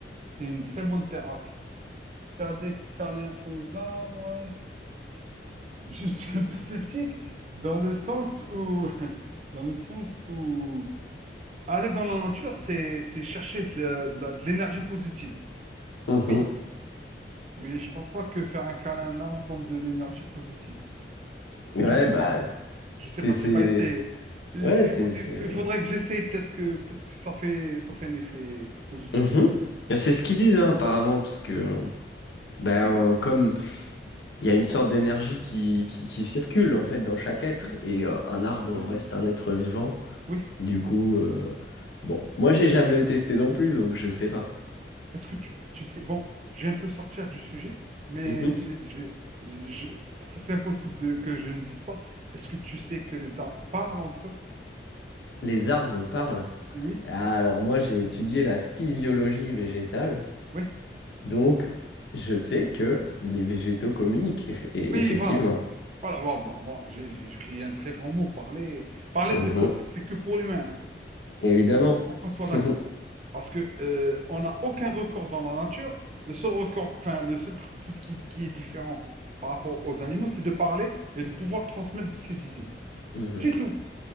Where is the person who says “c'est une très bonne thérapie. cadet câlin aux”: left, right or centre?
Right